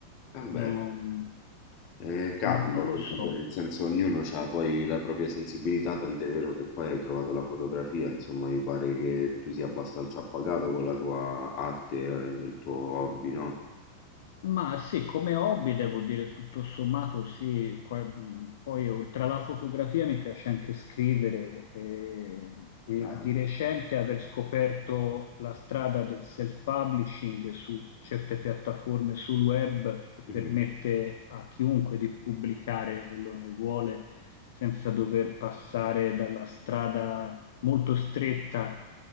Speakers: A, on the left; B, on the left.
A: Vabbè.
B: non-
A: Eh, capita
B: no- non lo
A: comunque,
B: so,
A: nel senso ognuno ha poi la propria sensibilità, tant'è vero che poi hai trovato la fotografia, insomma mi pare che tu sia abbastanza appagato con la tua arte, eh, il tuo hobby, no?
B: Ma sì, come hobby devo dire tutto sommato sì, qua- mh, poi oltre alla fotografia mi piace anche scrivere eh, e,
A: Dai.
B: di recente aver scoperto la strada del self-publishing su certe piattaforme sul web che
A: Mhm.
B: permette a chiunque di pubblicare quello che vuole senza dover passare dalla strada molto stretta